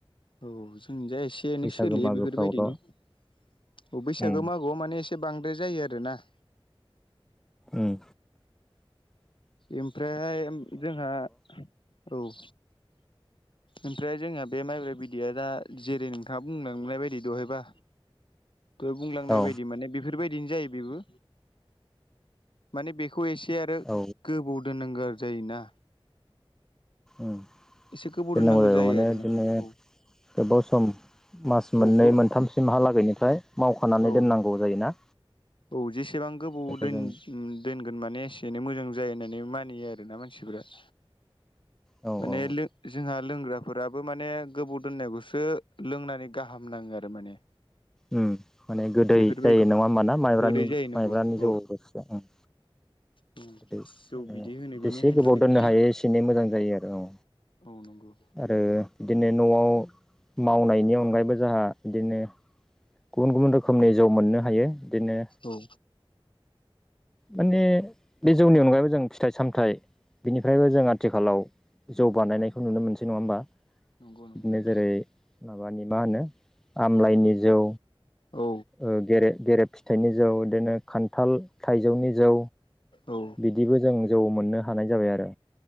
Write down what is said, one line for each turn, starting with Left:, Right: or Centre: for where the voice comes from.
Left: औ जों जाय एसे एनै
Centre: बैसागो
Left: सोलियो
Centre: मागोफ्रावल'
Left: बेफोरबायदिनो औ बैसागो
Centre: उम
Left: मागोआव माने एसे बांद्राय जायो आरो ना।
Centre: ओम
Left: ओमफ्रायहाय जोंहा औ ओमफ्राय जोंहा बे माइब्र बिदैया दा जेरै नोंथाङा बुंलांनाय बायदि दहायबा दहाय बुंलांनाय
Centre: औ
Left: बायदि माने बेफोरबायदिनो जायो बेबो। माने बेखौ एसे आरो
Centre: औ
Left: गोबौ दोननांगौ जायोना।
Centre: ओम
Left: एसे गोबाव
Centre: दोननांगौ जायो माने
Left: आरोना
Centre: बिदिनो
Left: औ
Centre: गोबाव सम मास
Left: औ
Centre: मोननै
Left: गो
Centre: मोनथामसिमहालागैनिफ्राय मावखानानै
Left: औ
Centre: दोननांगौ गोबाव जायोना।
Left: औ जेसेबां गोबाव
Centre: बेखौ
Left: दोन
Centre: जों
Left: ओम दोनगोन माने एसे एनै मोजां जायो होननानै मानियो आरोना मानसिफोरा।
Centre: औ
Left: माने
Centre: औ
Left: लों जोंहा लोंग्राफोराबो माने गोबाव दोननायखौसो लोंनानै गाहाम नाङो आरो माने।
Centre: उम माने गोदै
Left: बेफोरबायदि
Centre: जायो नङा होमबाना माइब्रानि
Left: गोदै जायो नंगौ
Centre: माइब्रानि
Left: औ
Centre: जौ रोसिया ओम
Left: जौ
Centre: गोदै माने
Left: बिदै होनो बेनिखायनोथ'
Centre: जेसे गोबाव
Left: बेखौना
Centre: दोननो हायो एसेनो मोजां जायो आरो औ
Left: औ नंगौ
Centre: आरो बिदिनो न'आव मावनायनि अनगायैबो जोंहा बिदिनो गुबुन गुबुन रोखोमनि जौ मोननो हायो बिदिनो
Left: औ
Centre: माने बे जौनि अनगायैबो जों फिथाइ सामथाइ बिनिफ्रायबो जों आथिखालाव जौ बानायनायखौ नुनो मोनसै नङा होमबा
Left: नंगौ नंगौ
Centre: बिदिनो
Left: नोंथां
Centre: जेरै माबानि मा होनो आमलाइनि जौ
Left: औ
Centre: ओ गेरे-गेरेब फिथाइनि जौ इदिनो खान्थाल थाइजौनि जौ
Left: औ
Centre: बिदिबो जों जौ मोननो हानाय जाबाय आरो।